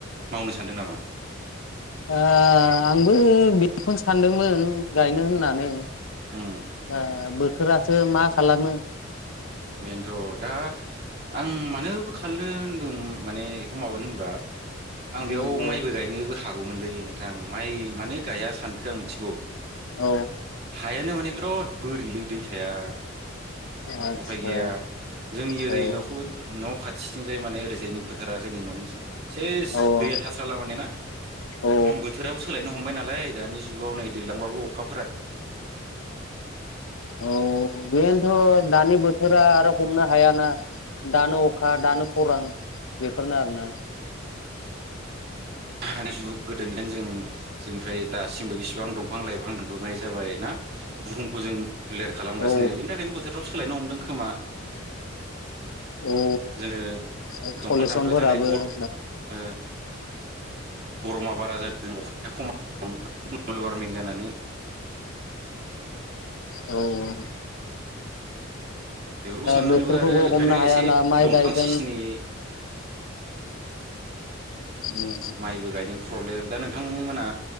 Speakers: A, on the right; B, on the left.
A: मावनो सानदों नामा?
B: दा आंबो बेखौनो सानदोंमोन गायनो होननानै
A: उम
B: ओ बो थोरासो मा खालामो?
A: बेनोथ' दा आं मानोबो खालायनो होनदों माने <unintelligible> होनबा आं
B: उम
A: बेयाव माइबो
B: औ
A: गायनोबो हागौमोनलै नोंथां माइ मानो गाइया सान जों मिथिगौ।
B: औ
A: हायानो मानि बिराद बोरिलै दै थाया।
B: आतसा
A: उफाय गैया, जोंनि ओरै
B: औ
A: न'खर, न' खाथिथिंजाय माने ओरैजायनि फोथारा, जोंनि न'नि ओरैथिं सेस
B: औ
A: दैयानो थास्राला माने ना
B: औ
A: बोथोराबो सोलायनो हमबाय नालाय दानि जुगाव नै दैलांबाबो अखा
B: औ बेनथ'। दानि बोथोरा आरो हम नो हायाना दानो अखा दानो खरान बे बेफोरनो आरो ना
A: आरो <unintelligible> गोदोनदेन जों जोंनि ओमफ्राय दासिमबो बिसिबां दंफां लाइफां <unintelligible> जाबाय ना बुहुमखौ जों <unintelligible> खालामगासिनो
B: औ
A: बेनि थाखायनो बोथोरफ्राबो सोलायनो हमदों खोमा
B: औ औ
A: जोङो
B: औ
A: दंफां
B: पलुसनफोराबो
A: दानफायबाय थानाय गर
B: <unintelligible>
A: ओ गरमा बारा जादों अखाया खमा <unintelligible> <unintelligible> वारमिं जानानै
B: औ औ
A: बेफोरखौ साननानैबो
B: बोथोरखौबो
A: आरो ओंखायनो
B: हमनो हायाना
A: एसे
B: माइ
A: दंफां
B: गायगोन
A: सिसटिमनि
B: उम
A: माइबो गायनो प्रब्लेम दा नोंथांमोना